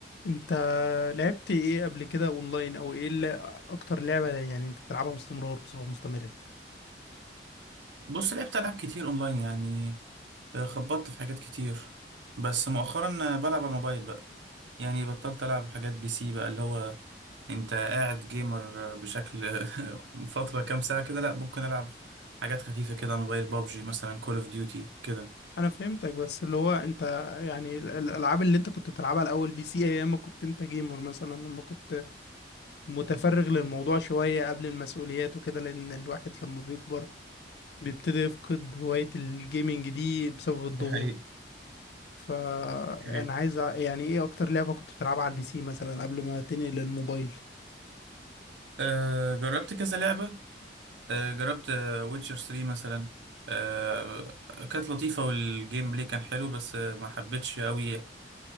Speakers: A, on the left (about 70°); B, on the right (about 85°).
A: انت لعبت ايه قبل كده اونلاين او ايه اللي اكتر لعبة يعني انت بتلعبها باستمرار بصفة مستمرة
B: بص لعبت ألعاب كتير أونلاين يعني آه، خبطت في حاجات كتير بس مؤخرا آه، بلعب على الموبايل بقى يعني بطلت ألعب حاجات بي سي بقى اللي هو أنت قاعد جيمر آه، بشكل آه، <laughs> فترة كام ساعة كده لأ ممكن ألعب حاجات خفيفة كده على الموبايل بابجي مثلا كول أوف ديوتي كده
A: انا فهمتك بس اللي هو انت يعني ال- ال- الالعاب اللي انت كنت بتلعبها الاول بي سي ايام ما كنت انت جيمر مثلا لما كنت متفرغ للموضوع شوية قبل المسؤوليات وكده لان الواحد لما بيكبر بيبتدي يفقد هواية الجيمنج دي بسبب الضغوط
B: ده حقيقي
A: فانا
B: حقيقي
A: عايز أ- يعني ايه اكتر لعبة كنت بتلعبها على البي سي مثلا قبل ما تنقل للموبايل
B: أه جربت كذا لعبة أه جربت ويتشر 3 مثلا أه كانت لطيفة والجيم بلاي كان حلو بس آه، ما حبيتش قوي ال-